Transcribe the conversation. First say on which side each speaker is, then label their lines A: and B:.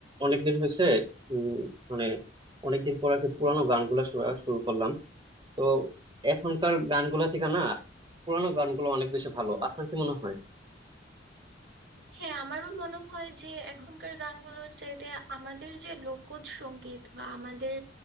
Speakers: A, on the right; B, on the right.
A: অনেকদিন হয়েছে উম, মানে অনেকদিন পর আর কি পুরানো গানগুলা শোনা শুরু করলাম তো এখনকার গানগুলা থেকে না পুরানো গানগুলো অনেক বেশি ভালো আপনার কি মনে হয়
B: হ্যাঁ আমারও মনে হয় যে এখনকার গানগুলোর চাইতে আমাদের যে লোকজ সঙ্গীত বা আমাদের